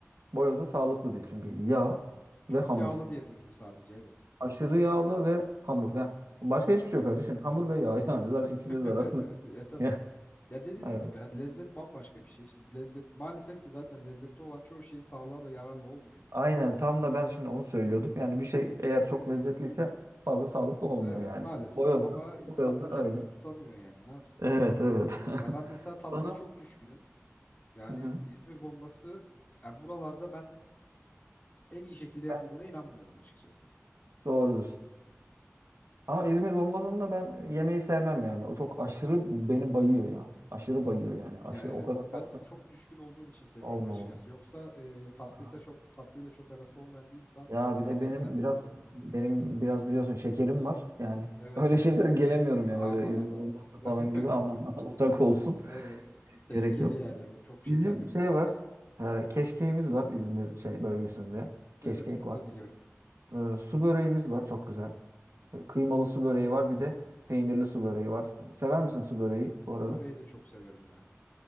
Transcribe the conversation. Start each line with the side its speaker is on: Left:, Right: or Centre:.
Right: boyoz da sağlıklı değil çünkü yağ
Left: Çok
Right: ve hamur.
Left: yağlı diye duydum sadece. Evet.
Right: Aşırı yağlı ve hamur. Yani başka hiçbir şey yok. Düşün hamur ve yağ <laughs> yani zaten ikisi
Left: <laughs>
Right: de zararlı.
Left: E tabii.
Right: <laughs>
Left: Ya dediğimiz
Right: Evet.
Left: gibi yani lezzet bambaşka bir şey. Şimdi lezzet maalesef ki zaten lezzetli olan çoğu şey sağlığa da yararlı olmuyor.
Right: Aynen tam da ben şimdi onu söylüyordum. Yani bir şey eğer çok lezzetliyse fazla sağlıklı olmuyor
Left: Evet
Right: yani.
Left: maalesef
Right: Boyoz
Left: ama
Right: da,
Left: insan
Right: boyoz da
Left: da kendini
Right: öyle.
Left: tutamıyor yani ne yapsın.
Right: Evet evet.
Left: Ya ben
Right: <laughs>
Left: mesela tatlıya
Right: Sonra
Left: çok düşkünüm. Yani
Right: Hı hı.
Left: İzmir bombası ya buralarda ben en iyi şekilde yapıldığına
Right: Ben-
Left: inanmıyorum açıkçası.
Right: doğrudur. Ama İzmir bombasını da ben yemeyi sevmem yani. O çok aşırı beni bayıyor ya. Aşırı bayıyor yani. Aşırı
Left: Ya evet
Right: o kadar
Left: ben
Right: tatlı
Left: çok düşkün olduğum için seviyorum
Right: olmamalı.
Left: açıkçası. Yoksa e, tatlıysa
Right: Aha.
Left: çok tatlıyla çok arası olmayan bir insan
Right: Ya bir
Left: gerçekten
Right: de benim biraz
Left: çok
Right: benim biraz biliyorsun şekerim var. Yani
Left: evet
Right: <laughs> öyle şeylere gelemiyorum
Left: aman
Right: yani öyle İzmir
Left: aman.
Right: bombası
Left: <laughs>
Right: falan gibi aman <laughs> uzak olsun.
Left: Evet tehlikeli
Right: Gerek yok.
Left: yani o çok
Right: Bizim
Left: şekerli
Right: şey
Left: bir de.
Right: var. E, keşkeğimiz var İzmir şey bölgesinde. Keşkek
Left: Evet onu
Right: var.
Left: da biliyorum.
Right: E, su böreğimiz var çok güzel. E, kıymalı su böreği var bir de peynirli su böreği var. Sever misin su böreği bu arada?
Left: Su böreği de çok severim ya.